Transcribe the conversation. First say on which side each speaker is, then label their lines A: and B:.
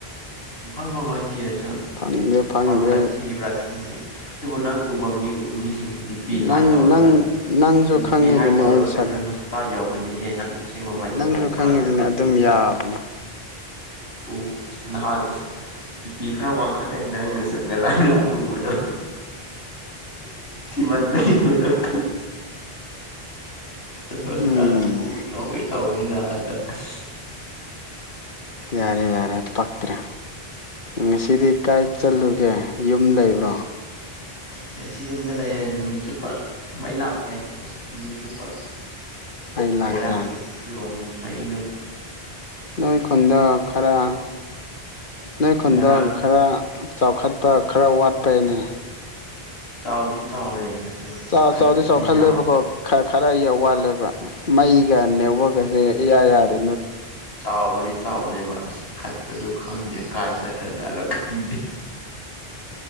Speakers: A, on the left; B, on the left.
A: ꯁꯨꯛ ꯐꯪ ꯐꯪꯉ‌ꯣꯏ ꯊꯤꯔꯁꯨ
B: ꯐꯪꯗꯦ ꯐꯪꯗꯦ
A: ꯐꯕ꯭ꯔꯥ ꯊꯤꯕ꯭ꯔꯥ ꯈꯪꯗꯦ ꯑꯗꯨꯕꯨ ꯅꯪ ꯎꯕ ꯃꯤ ꯃꯤꯁꯤꯡꯁꯤ ꯕꯤꯄꯤ
B: ꯅꯪ
A: ꯍꯥꯏ ꯇꯧꯔꯒ
B: ꯅꯪ ꯅꯪꯁꯨ ꯈꯪꯉꯤꯗꯨꯅꯤ
A: ꯕꯤꯄꯤ ꯍꯥꯏ ꯇꯧꯔꯒ
B: ꯑꯩ ꯁꯛ
A: ꯀ ꯅꯣ ꯍꯣꯁꯄꯤꯇꯥꯜ ꯌꯧꯒꯅꯤꯍꯦ ꯅꯪ ꯑꯁꯦꯡꯕ ꯃꯥꯏꯊꯣꯡ
B: ꯅꯪꯁꯨ
A: ꯎꯕ
B: ꯈꯪꯉꯤꯗꯨꯅꯤ
A: ꯀꯥꯟꯗꯗꯤ
B: ꯑꯗꯨꯝ ꯌꯥꯕꯅꯦ
A: ꯑꯣ ꯅꯍꯥꯟ ꯑꯁ ꯕꯤꯄꯤ ꯈꯔ ꯋꯥꯡꯈꯠꯂꯦ ꯅꯪ ꯉꯂꯥꯡ ꯉꯍꯥꯟ ꯎꯕꯗꯣ ꯏꯥꯟ ꯃ ꯑꯣꯏꯔꯣ <unintelligible> ꯑꯍ ꯍꯣꯁꯄꯤꯇꯥꯜ
B: ꯎꯝ
A: ꯄꯨꯕ ꯌꯥꯎꯒꯦ ꯇꯧꯋꯅꯤꯟ ꯗ ꯑꯁ
B: ꯌꯥꯔꯦ ꯌꯥꯔꯦ ꯄꯛꯇ꯭ꯔꯦ ꯉꯁꯤꯗꯤ ꯀꯥꯏ ꯆꯠꯂꯨꯒꯦ ꯌꯨꯝ ꯂꯩꯕ꯭ꯔꯣ
A: ꯉꯁꯤ ꯌꯨꯝꯗ ꯂꯩꯔꯦ ꯅꯨꯃꯤꯠ ꯆꯨꯞꯄ ꯃꯩ ꯂꯥꯛꯇꯦ ꯅꯨꯃꯤꯠ ꯆꯨꯞꯄ
B: ꯑꯩ ꯂꯥꯛꯇꯦ
A: ꯕ‌ꯦꯔꯥꯒꯦ ꯐꯤꯔꯣꯡꯒꯦ ꯃꯩꯗꯨꯝ
B: ꯅꯣꯏ ꯈꯨꯟꯗ ꯈꯔ ꯅꯣꯏ ꯈꯨꯟꯗ
A: ꯉꯔꯥꯡ
B: ꯈꯔ ꯆꯥꯎꯈꯠ ꯇ ꯈꯔ ꯋꯥꯠꯄꯩꯅꯦ
A: ꯆꯥꯎꯗꯤ ꯆꯥꯎꯔꯦ ꯑꯗꯨ
B: ꯆꯥꯎꯗꯤ
A: ꯈꯠꯄꯗꯤ
B: ꯆꯥꯎꯈꯠꯂꯦꯕꯀꯣ
A: ꯌꯥꯎ
B: ꯈꯔ ꯈꯔ ꯌꯥꯝ ꯋꯥꯜꯂꯦꯕ ꯃꯩꯒ ꯅꯦꯠꯋꯔꯛ ꯑꯁꯦ ꯑꯦꯌꯥꯌꯥ ꯑꯗꯨ
A: ꯆꯥꯎꯥꯕꯗꯤ ꯆꯥꯎꯕꯅꯦꯕ ꯑꯁ ꯈꯠꯄꯗꯨꯣ ꯈꯪꯉꯦ ꯀꯥꯏ ꯆꯠꯈ꯭ꯔ ꯆꯠꯂ ꯈꯪꯗꯦ